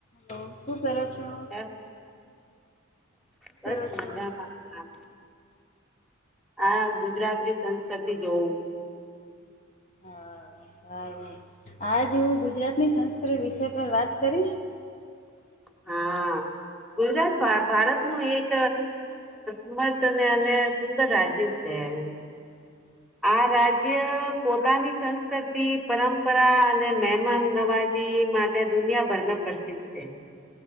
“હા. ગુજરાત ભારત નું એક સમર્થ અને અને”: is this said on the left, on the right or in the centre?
Centre